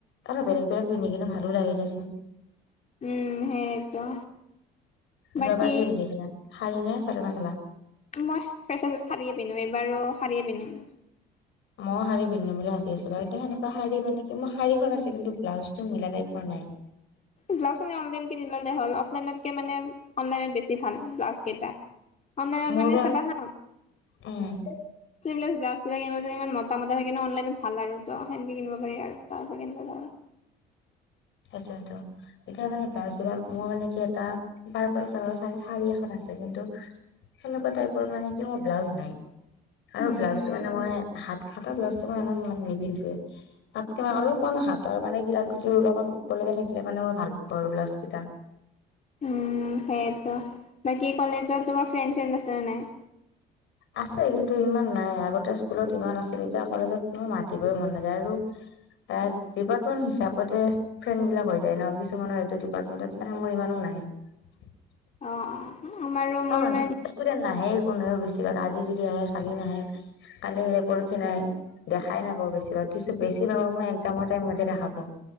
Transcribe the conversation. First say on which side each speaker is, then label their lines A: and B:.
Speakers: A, on the left (about 65°); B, on the left (about 35°).
A: আৰু বেলেগ বেলেগ পিন্ধি কিন্তু ভালো লাগে দেচোন।
B: উম, সেইটো। বাকী
A: যোৱাবাৰ কি পিন্ধিছিলা? সাৰি নে চাদৰ মেখেলা।
B: মই ফেচাচত সাৰিয়ে পিন্ধো, এইবাৰো সাৰিয়ে পিন্ধিম।
A: মই সাৰিয পিন্ধম বুলি ভাবি আছো আৰু কিন্তু সেনেকুৱা সাৰি মানে মোৰ সাৰিখন আছে, কিন্তু ব্লাউজটো মিলা টাইপৰ নাই। বাই?
B: ব্লাউজ অনলাইন কিনি ললে হ'ল অফলাইনতকে মানে অনলাইনত বেছি ভাল ব্লাউজ কেইটা। অনলাইনত
A: মোৰ
B: মানে
A: বা
B: চাবা হা
A: উম
B: <unintelligible> ব্লাউজ ক ইমান মতা মতা থাকে ন, অনলাইনত ভাল আৰু ত সেনেকে কিনিব পাৰি আৰু তাৰ পৰা কিনিব আৰু।
A: সেইটোটো। এতিয়া মানে ব্ৰাউছ বিলাক মোৰ মানে কি এটা পাৰ্পল কালাৰৰ সাৰি এখন আছে। কিন্তু সেনেকুৱা টাইপৰ মানে কি মোৰ ব্লাউজ নাই। আৰু
B: উম
A: ব্লাউজটো মানে মই হাত খাটা ব্লাউজ। মই এনেও ইমান নিপিন্ধোৱে তাতকে মই অলপমান হাতৰ মানে গিলা অলপমান। লৈকে থাকিলে মানে মই ভাল পাওঁ আৰু ব্লাউজ। কেইটা।
B: উম সেই। বাকী কলেজত তোমাৰ ফ্ৰেণ্ড চেড আছে নে নাই?
A: আছে কিন্তু ইমান নাই, আগতে স্কুলত ইমান আছিল এতিয়া কলেজতই মাতিবই মন নাযায় আৰু। এ ডিপাৰ্টমেন্ট হিচাপতে ফ্ৰেণ্ড বিলাক হৈ যায় ন, কিছুমানৰ এইটো ডিপাৰ্টমেন্টত মানে মোৰ ইমানো নাই। <unintelligible>
B: অ' অ' আমাৰো মোৰ
A: কাৰণ
B: মানে
A: ইষ্টুডেণ্ট নাহেই। নহয়ও বেছিভাগ আজি যদি আহে কালি নাহে, কালি আহে পৰহি নাহে দেখাই নাপাও বেছিভাগ ছো বেছি ভাগক মই এক্সজামৰ টাইমতহে দেখা পাওঁ।